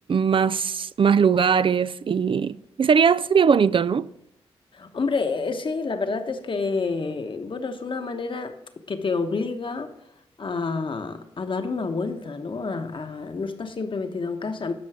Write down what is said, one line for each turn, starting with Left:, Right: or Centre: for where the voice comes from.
Right: más, más lugares y, y sería, sería bonito, ¿no?
Left: Hombre, eh, sí, la verdad es que, bueno, es una manera que te obliga a, a dar una vuelta, ¿no? A, a no estar siempre metido en casa.